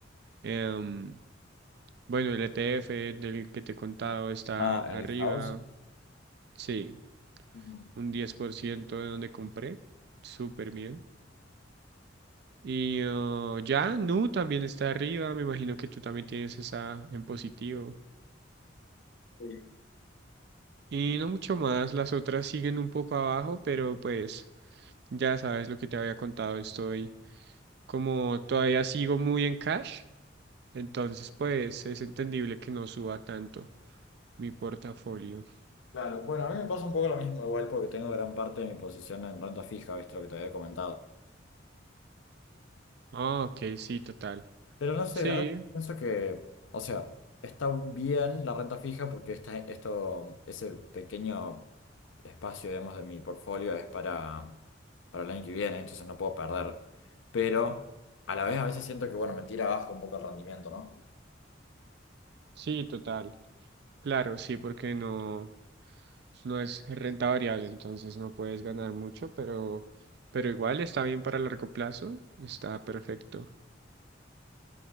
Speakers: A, on the right; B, on the left.
A: Em, bueno, el ETF del que te he contado está
B: Ah,
A: arriba,
B: el house.
A: sí,
B: Ujú.
A: un 10% de donde compré, súper bien. Y eh, ya, Nu también está arriba, me imagino que tú también tienes esa en positivo.
B: Sí,
A: Y no mucho más, las otras siguen un poco abajo, pero pues ya sabes lo que te había contado, estoy como todavía sigo muy en cash, entonces pues es entendible que no suba tanto mi portafolio.
B: claro. Bueno, a mí me pasa un poco lo mismo igual porque tengo gran parte de mi posición en renta fija, viste lo que te había comentado.
A: Ah, ok, sí, total.
B: Pero no sé,
A: Sí,
B: a veces pienso que, o sea, está bien la renta fija porque esta, esto, ese pequeño espacio, digamos, de mi portfolio es para, para el año que viene, entonces no puedo perder. Pero a la vez a veces siento que, bueno, me tira abajo un poco el rendimiento, ¿no?
A: sí, total. Claro, sí, porque no, no es renta variable, entonces no puedes ganar mucho, pero, pero igual está bien para largo plazo, está perfecto.